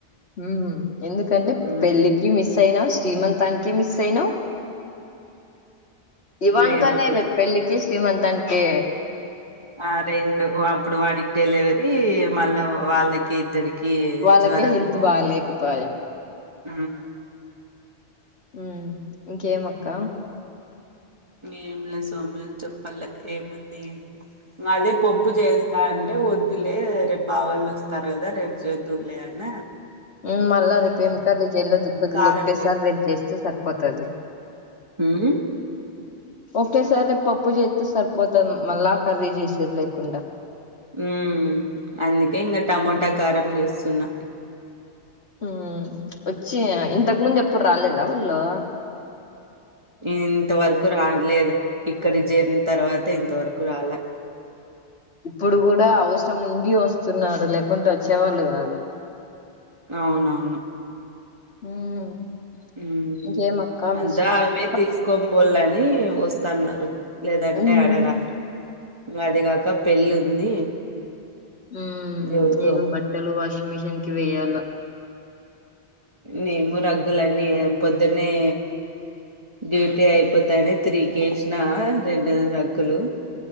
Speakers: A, on the left; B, on the right.
A: హ్మ్ ఎందుకంటే
B: ఉమ్
A: పెళ్ళికి మిస్ ఎంతైనా శ్రీమంతానికి మిస్ అయినావ్ ఇవంతానే
B: లేదు లేదు
A: లే పెళ్ళికి శ్రీమంతనికి
B: ఆ రెండు అప్పుడు వాడికి డెలివరీ మళ్ళా వాళ్ళకి ఇద్దరి కి
A: వాళ్ళకే
B: జ్వరము
A: హెల్త్ బాలేకపాయె.
B: హ్మ్
A: హ్మ్ ఇంకేమక్క
B: ఏం లే సోములు చెప్పాల ఏముంది నాదే పొప్పు చేస్తా అంటే వొ దులే రేపు బావాళ్ళు వస్తారు కదా రేపు చేదువులే అన
A: హ్మ్ మళ్ళా రేపు ఏం కర్రీ చేయలో ది‌క్కుతేల్దు
B: కారం
A: ఒకటేసారి రేపు చేస్తే సరిపోతాది
B: హ్మ్
A: ఒకటేసారి రేపు పప్పు చేస్తే సరిపోతాది మళ్ళా కర్రీ చేసేది లేకుండా
B: హ్మ్ హ్మ్ అందుకే ఇంగా టమోటా కారం చేస్తున్నా
A: హ్మ్ వచ్చ
B: ఉమ్,
A: ఇంతకు ముందు ఎప్పుడు రాలేదా వాళ్ళు
B: ఇంతవరకు రాలేదు ఇక్కడి జేరిన తర్వాత ఇంతవరకు రాలా
A: ఇప్పుడు కూడా అవసరం ఉండి వస్తున్నారు లేకుంటే వచ్చేవాళ్ళు కాదు
B: అవునవును
A: హ్మ్
B: హ్మ్
A: ఇంకేమక్క
B: అద్దా
A: విశేష్
B: అవే తీసుకోపోవల ది వస్తాన్నారు లేదంటే
A: ఉమ్
B: అడగారు అదిగా ఇకా పెళ్ళి ఉంది
A: ఉమ్
B: ఎవరిదో
A: నేను బట్టలు వాషింగ్ మిషిన్ కి వేయాల
B: నీము రగ్గులన్నీ పొద్దున్నే డ్యూటీ అయిపోతానే త్రీకేసిన రెండు రగ్గులు